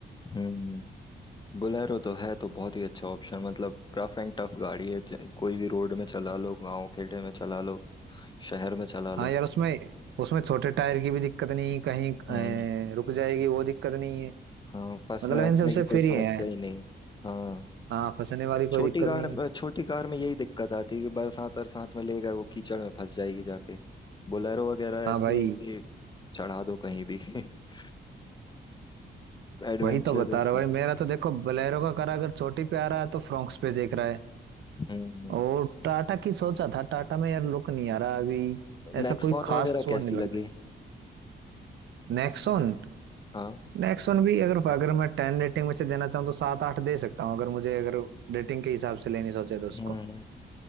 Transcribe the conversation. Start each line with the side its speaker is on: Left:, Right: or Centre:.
Left: हम्म बोलेरो तो है तो बहुत ही अच्छा ऑप्शन मतलब रफ एंड टफ गाड़ी है ज- कोई भी रोड में चला लो गांव खेड़े में चला लो शहर में चला लो
Right: हाँ यार उसमें उसमें छोटे टायर की भी दिक्कत नहीं कहीं अ,
Left: हम्म
Right: रुक जाएगी वो दिक्कत नहीं है
Left: हाँ फंसने
Right: मतलब
Left: वसने
Right: इन सबसे
Left: की कोई
Right: फ्री
Left: समस्या
Right: है
Left: ही नहीं हाँ
Right: हाँ फंसने वाली कोई
Left: छोटी
Right: दिक्कत
Left: कार
Right: नहीं
Left: में छोटी कार में यही दिक्कत आती है कि बरसात अरसात में ले गए वो कीचड़ में फंस जाएगी जाके बोलेरो वगैरह
Right: हाँ
Left: ऐसी
Right: भाई
Left: है कि चढ़ा दो कहीं भी <laughs> एडवेंचरस
Right: वही तो बता रहा भाई मेरा तो देखो बलेरो का करा अगर छोटी पे आ रहा है तो फ्रॉक्स पे देख रहा है
Left: हम्म
Right: और टाटा की सोचा था टाटा में यार लुक नहीं आ रहा अभी ऐसा
Left: नेक्सॉन
Right: कोई खास
Left: वगैरह
Right: वो
Left: कैसी
Right: नहीं लगता
Left: लगी
Right: नेक्सॉन
Left: हाँ
Right: नेक्स्ट वन भी अगर अगर मैं टेन रेटिंग में से देना चाहूँ तो सात आठ दे सकता हूँ अगर मुझे अगर रेटिंग के हिसाब से लेनी सोचे तो उसको
Left: हम्म